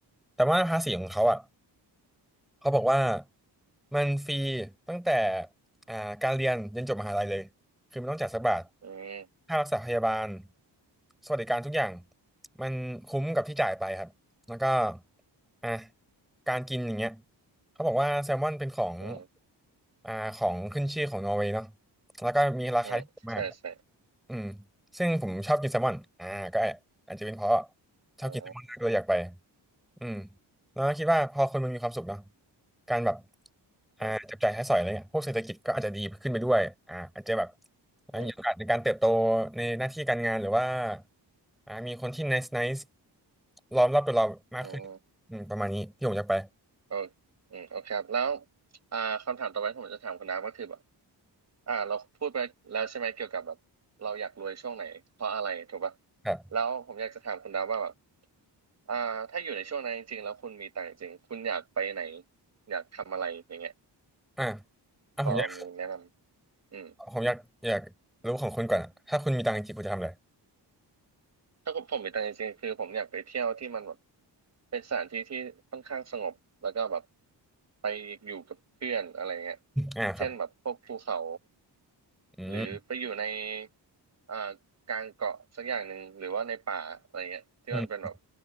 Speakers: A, in the centre; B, on the right.
A: แต่ว่าภาษีของเขาอ่ะ เขาบอกว่ามันฟรีตั้งแต่อ่าการเรียนยันจบมหาลัยเลยคือไม่ต้องจ่ายสักบาท
B: อืม
A: ค่ารักษาพยาบาลสวัสดิการทุกอย่างมันคุ้มกับที่จ่ายไปครับแล้วก็อ่ะการกินอย่างเงี้ยเขาบอกว่าแซลมอนเป็นของ
B: อืม
A: อ่าของขึ้นชื่อของนอร์เวย์เนาะแล้วก็มีราคาที่ถูกมาก
B: อืมใช่ใช่
A: อืมซึ่งผมชอบกินแซลมอนอ่าก็อาจจะเป็นเพราะชอบกินแซลมอนมากเลยอยากไป
B: อ๋อ
A: อืมแล้วคิดว่าพอคนมันมีความสุขเนาะการแบบอ่าจับจ่ายใช้สอยอะไรเนี่ยพวกเศรษฐกิจก็อาจจะดีขึ้นไปด้วยอ่าอาจจะแบบ
B: อืมอืม
A: มีโอกาสในการเติบโตในหน้าที่การงานหรือว่าอ่ามีคนที่ nice nice ล้อมรอบตัวเรามากขึ้นอืมประมาณนี้ที่ผมอยากไป
B: อืมโอเคอืมโอเคครับแล้วอ่าคำถามต่อไปที่ผมจะถามคุณน้ำก็คือแบบ อ่าเราพูดไปแล้วใช่ไหมเกี่ยวกับแบบเราอยากรวยช่วงไหนเพราะอะไรถูกปะ
A: ครับ
B: แล้วผมอยากจะถามคุณดาวว่าแบบอ่าถ้าอยู่ในช่วงนั้นจริงๆแล้วคุณมีตังค์จริงๆคุณอยากไปไหนอยากทำอะไรอย่างเงี้ย
A: อ่าอ่าผมอยาก
B: พอมีแนะนำอืม
A: ผมอยากอยากรู้ของคุณก่อนอะถ้าคุณมีตังค์จริงๆคุณจะทำอะไร
B: ถ้าผมมีตังค์จริงๆคือผมอยากไปเที่ยวที่มันแบบเป็นสถานที่ที่ค่อนข้างสงบแล้วก็แบบไปอยู่กับเพื่อนอะไรเงี้ย
A: อ่าครับ
B: เช่นแบบพวกภูเขา
A: อืม
B: หรือไปอยู่ในอ่ากลางเกาะสักอย่างหนึ่งหรือว่าในป่าอะไรเงี้ยที่มันเป็นแบบ
A: อืม